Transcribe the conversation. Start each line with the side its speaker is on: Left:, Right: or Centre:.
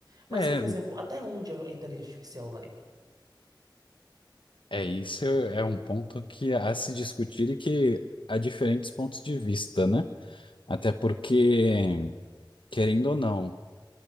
Right: Mas,
Left: É,
Right: por exemplo, até onde a a inteligência artificial vai?
Left: é isso, é um ponto que há a se discutir e que há diferentes pontos de vista, né? Até porque Querendo ou não,